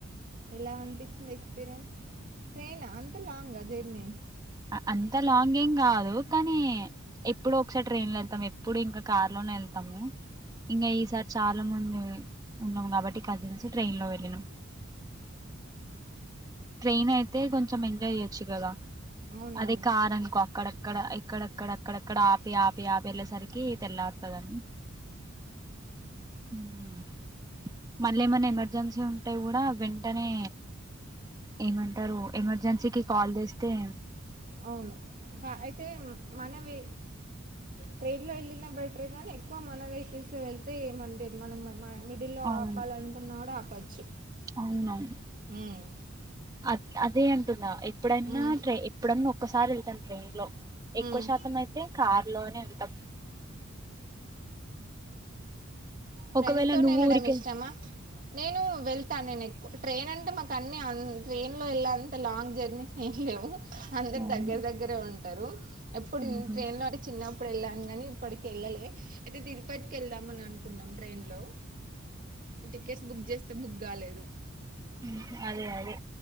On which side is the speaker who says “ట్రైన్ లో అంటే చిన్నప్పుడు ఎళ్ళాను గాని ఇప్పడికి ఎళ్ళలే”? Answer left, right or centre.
Right